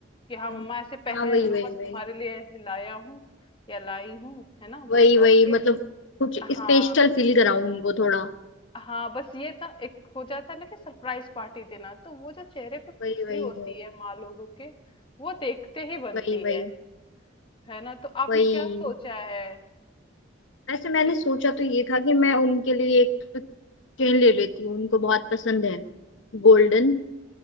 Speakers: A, on the left; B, on the left.
A: कि हाँ
B: हाँ
A: मम्मा ऐसे पहन
B: हाँ, वही
A: लो
B: वही
A: बस
B: वही
A: तुम्हारे लिए लाया हूँ या लाई हूँ है ना वो
B: वही
A: करके
B: वही मतलब कुछ
A: हाँ
B: स्पेशल फील कराऊं उनको थोड़ा
A: हाँ बस ये था एक हो जाता है ना कि सरप्राइज पार्टी देना तो वो जो चेहरे पे
B: वही
A: खुशी
B: वही
A: होती है माँ लोगों के वो देखते ही बनती
B: वही वही
A: है है ना तो आपने
B: वही
A: क्या सोचा है
B: वैसे मैंने
A: अच्छ-
B: सोचा तो ये था कि मैं उनके लिए एक तो चेन ले लेती हूँ उनको बहुत पसंद है गोल्डन